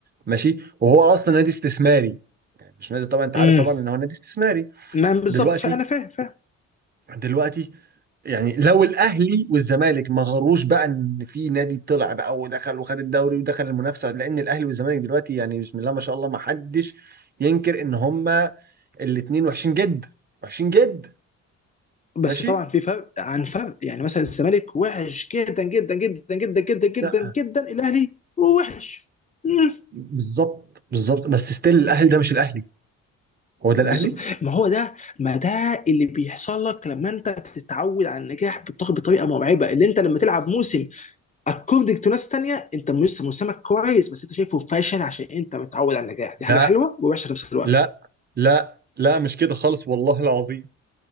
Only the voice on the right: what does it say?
ماشي وهو اصلا نادي استثماري مش نادي طبعا انت
عارف طبعا ان هو نادي استثماري
دلوقتي
دلوقتي يعني لو الاهلي والزمالك ما غروش بقى ان في نادي طلع بقى ودخل وخد الدوري ودخل المنافسه لان الاهلي والزمالك دلوقتي يعني بسم الله ما شاء الله ما حدش ينكر ان هما الاثنين وحشين جدا وحشين جدا
ماشي
لا
بالظبط بالظبط بس ستيل الاهلي ده مش الاهلي هو
ده الاهلي
لا
لا لا لا مش كده خالص والله العظيم